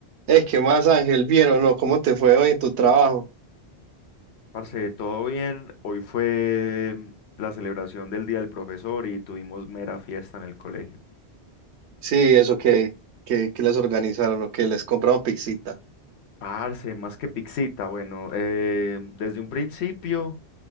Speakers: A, on the right (about 80°); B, on the left (about 75°).
A: Es que más Ángel, bien o no, ¿cómo te fue hoy en tu trabajo?
B: Parce, todo bien. Hoy fue mm, la celebración del Día del Profesor y tuvimos mera fiesta en el colegio.
A: Sí, eso que, que, que les organizaron o que les compraron pixita.
B: Parce, más que pixita. Bueno, eh, desde un principio.